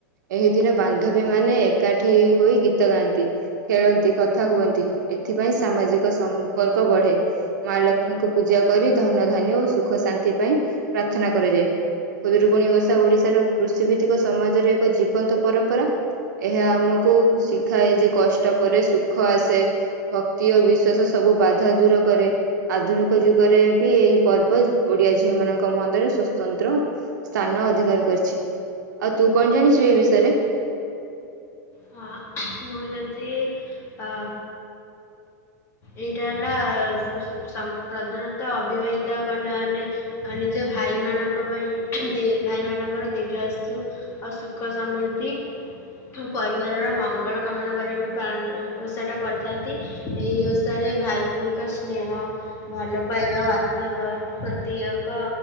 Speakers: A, on the right (about 85°); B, on the left (about 30°).
A: ଏହି ଦିନ ବାନ୍ଧବୀ ମାନେ ଏକାଠି ହୋଇ ଗୀ ଗୀତ ଗାଆନ୍ତି ଖେଳନ୍ତି କଥା ହୁଅନ୍ତି ଏଥିପାଇଁ ସାମାଜିକ ସମ୍ପର୍କ ବଢେ ମା ମା ଲକ୍ଷ୍ମୀଙ୍କୁ ପୂଜା କରି ଧନ ଧାନ୍ୟ ଓ ସୁଖ ଶାନ୍ତି ପାଇଁ ପ୍ରାର୍ଥନା କରାଯାଏ। ଖୁଦୁରୁକୁଣୀ ଓଷା ଓଡିଶାର କୃଷିଭିତ୍ତିକ ସମାଜରେ ଏକ ଜୀବନ୍ତ ପରମ୍ପରା। ଏହା ଆମକୁ ଶି ଖାଏ ଯେ କଷ୍ଟ ପରେ ସୁଖ ଆସେ ଭକ୍ତି ଓ ବିଶ୍ଵାସ ସବୁ ବାଧା ଦୂର କରେ। ଆଧୁନିକ ଯୁଗରେ ବି ଏହି ପର୍ବ ଓଡିଆ ଝିଅ ମାନଙ୍କ ମଧ୍ୟରେ ସ୍ଵତନ୍ତ୍ର ସ୍ଥାନ ଅଧିକାର କରିଛି ଆଉ ତୁ କଣ ଜାଣିଛୁ ଏ ବିଷୟରେ?
B: ହଁ ମୁଁ ଜାଣିଛି ଅ ଏଇଟା ହେଲା ସ ସ ସମ୍ ପ୍ରଧାନତଃ ଅବିବାହିତା କନ୍ୟା ମାନେ ଅ ନିଜ ଭା ଭାଇମାନଙ୍କ ପାଇଁ ଦୀ ଭାଇମାନଙ୍କର ଦୀର୍ଘାସୁ ଆଉ ସୁଖ ସମୃଦ୍ଧି ପରିବାରର ମଙ୍ଗଳ କାମନା କରିବା ପାଇଁ ପାଳ ଓଷାଟା କରିଥାନ୍ତି ଏଇ ଓଷ ଷାରେ ଭାଇ ଭଉଣୀଙ୍କ ସ୍ନେହ ଭଲ ପାଇବା ଓ ଆତ୍ମା ପା ପ୍ରତୀୟକ